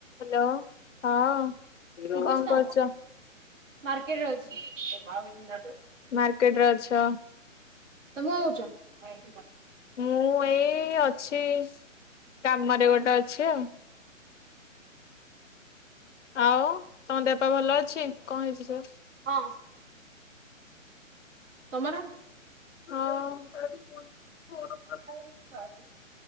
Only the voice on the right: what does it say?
ଶୁବୁଚି
ତ,
ମାର୍କେଟ ରେ ଅଛି।
ତମେ କଣ କରୁଚ?
ହଁ। ତମର?
<unintelligible>